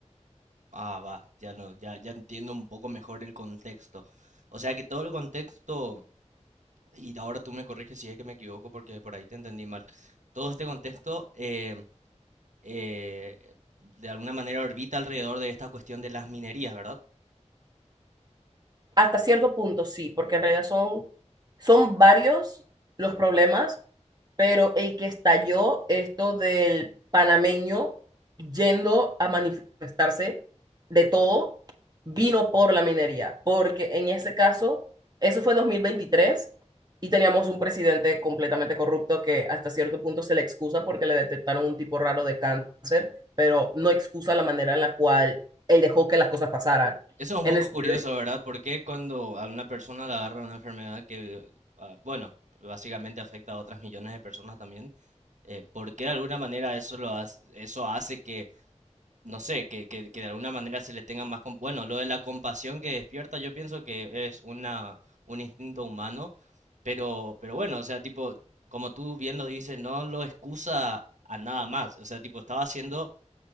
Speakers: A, on the right; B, on the right.
A: Ah, va. Ya no, ya, ya entiendo un poco mejor el contexto. O sea que todo el contexto, y ahora tú me corriges si es que me equivoco porque por ahí te entendí mal. Todo este contexto eh, eh, de alguna manera orbita alrededor de esta cuestión de las minerías, ¿verdad?
B: Hasta cierto punto sí, porque en realidad son, son varios los problemas, pero el que estalló esto del panameño yendo a manifestarse de todo vino por la minería, porque en ese caso, eso fue 2023 y teníamos un presidente completamente corrupto que hasta cierto punto se le excusa porque le detectaron un tipo raro de cáncer, pero no excusa la manera en la cual él dejó que las cosas pasaran.
A: Eso es un
B: En
A: poco
B: el sentido
A: curioso, ¿verdad? Porque cuando a una persona le agarra una enfermedad que, ah, bueno, básicamente afecta a otras millones de personas también, eh, ¿por qué de alguna manera eso lo hace, eso hace que, no sé, que, que, que de alguna manera se le tenga más... comp- Bueno, lo de la compasión que despierta, yo pienso que es una, un instinto humano, pero, pero bueno, o sea, tipo, como tú bien lo dices, no lo excusa a nada más, o sea, tipo, estaba haciendo